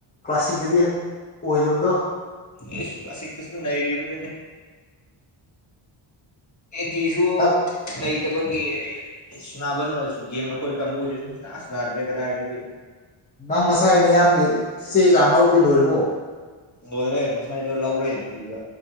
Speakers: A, on the left; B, on the left.
A: ꯀ꯭ꯂꯥꯁꯁꯤꯛꯇꯗꯤ ꯑꯣꯏꯗꯕꯗꯣ
B: ꯑꯦ ꯄ꯭ꯂꯥꯁꯤꯛꯇꯁꯨ ꯅꯩꯔꯤꯕꯗꯨꯅꯦ ꯑꯦ ꯇꯤꯁꯨ
A: ꯅꯪ
B: ꯂꯩ ꯂꯩꯇꯕꯒꯤ ꯁꯕ ꯒꯦꯝ ꯑꯩꯈꯣꯏ ꯀꯥꯡꯒꯁꯦ ꯁꯨꯡꯇꯥ ꯁꯅꯥꯗ꯭ꯔꯦ ꯀꯗꯥꯏꯗꯒꯤ
A: ꯅꯪ ꯉꯁꯥꯏ ꯅꯌꯥꯝꯒꯤ ꯆꯦ ꯆꯥꯡ ꯂꯧꯕꯗꯤ ꯂꯣꯏꯔꯕꯣ
B: ꯂꯣꯏꯔꯦ ꯉꯁꯥꯏꯗꯣ ꯂꯧꯔꯦꯗꯤꯒ